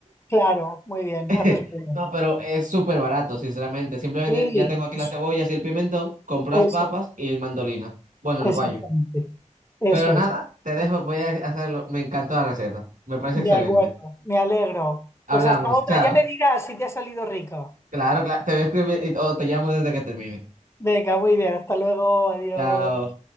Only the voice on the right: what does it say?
<laughs>
No, pero es súper barato, sinceramente. Simplemente
ya tengo aquí
las cebollas y el pimentón, compro
las papas y el mandolina. Bueno,
el guayo.
Pero nada,
te dejo, voy a hacerlo. Me encantó la receta. Me parece excelente.
Hablamos,
chao.
Claro, claro. Te voy a escribir y- o te llamo desde que termine.
Chao.